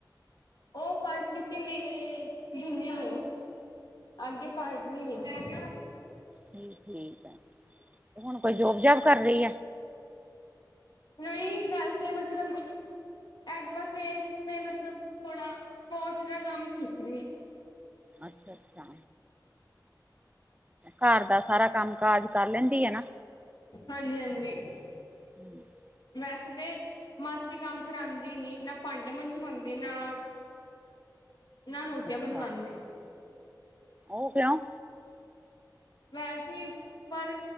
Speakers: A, on the left; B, on the right.
A: ਉਹ ਪੜ੍ਹ ਚੁੱਕੀ ਮੇਰੇ ਜੂਨੀਰ ਅੱਗੇ ਪੜ, ਰਹੀ ਆ
B: ਠੀ ਠੀਕ ਆ, ਤੇ ਹੁਣ ਕੋਈ ਜੋਬ -ਜਾਬ ਕਰ ਰਹੀ ਆ
A: ਨਈ, ਵੈਸੇ ਮਤਲਬ ਐਡਵੋਕੇਟ, ਨੇ ਮਤਲਬ ਥੋੜਾ ਕੋਰਸ ਦਾ ਕੰਮ ਸਿੱਖਦੀ ਰਹੀ ਏ
B: ਅੱਛਾ ਅੱਛਾ ਘਰ ਦਾ, ਸਾਰਾ ਕੰਮ ਕਾਜ ਕਰ ਲੈਂਦੀ ਆ ਨਾ
A: ਹਾਂਜੀ-ਹਾਂਜੀ।
B: <inaudible>
A: ਵੈਸੇ ਵੇ, ਮਾਸੀ ਕੰਮ ਕਰਾਂਦੀ ਨੀ। ਨਾ ਭਾਂਡੇ ਮੰਜਵਾਵਾਂਦੀ, ਨਾ ਨਾ ਰੋਟੀਆਂ
B: ਅੱਛਾ
A: ਬਣਨਵਾਂਦੀ।
B: ਉਹ ਕਿਉ?
A: ਵੈਸੇ ਈ, ਪਰ